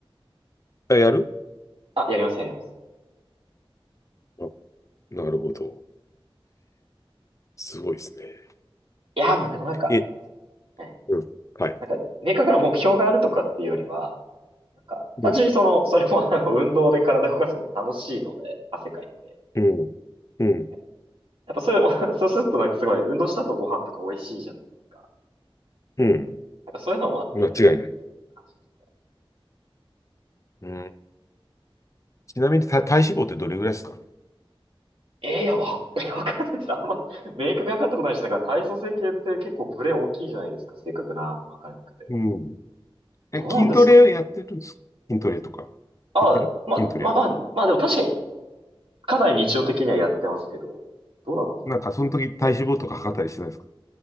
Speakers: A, on the left; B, on the right.
A: あ、やる
B: あ、やります、やります。
A: あ、なるほど。すごいですね。
B: いやー、まあでもなんか、
A: え、
B: ね、
A: うん。はい。
B: なんか、明確な目標があるとかっていうよりは、なんか、
A: うん。
B: 単純にその、それもあの、運動で体動かすの楽しいので、汗かいて。
A: うん。うん。
B: ねやっぱそれ、<laughs> そうするとなんかすごい、運動した後ご飯とか美味しいじゃないですか。
A: うん
B: なんかそういうのもあってやってるって感じです。
A: 間違いない。うん。ちなみにた体脂肪ってどれぐらいですか
B: えーいや、わ、<laughs> わかんないです。あんま、明確に分かったことないし、なんか体組成計って結構ブレ大きいじゃないですか。正確な測れなくて。
A: うん。え、
B: どうなんですか
A: 筋トレやってるんですか筋トレとか。
B: あ、
A: やってる筋トレは。
B: ま、まあまあ、まあでも確かに、かなり日常的にはやってますけど、どうなんですかね。
A: なんか、その時体脂肪とか測ったりしてないですか